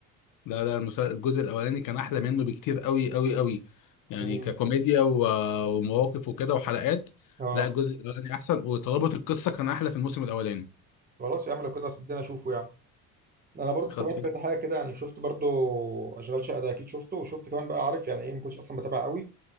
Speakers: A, on the left (about 65°); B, on the right (about 25°).
A: لا لا المسل- الجزء الاولاني كان احلى منه بكتير قوي قوي قوي يعني
B: امم
A: ككوميديا و- ومواقف وكده وحلقات
B: اه
A: لا الجزء الاولاني احسن وترابط القصه كان احلى في الموسم الاولاني
B: خلاص يا عم لو كده صدقني اشوفه يعني انا برضو
A: خد
B: تابعت
A: بالك.
B: كذا حاجه كده يعني شفت برضو اشغال شقه ده اكيد شفته وشفت كمان بقى عارف يعني ايه ما كنتش اصلا بتابع قوي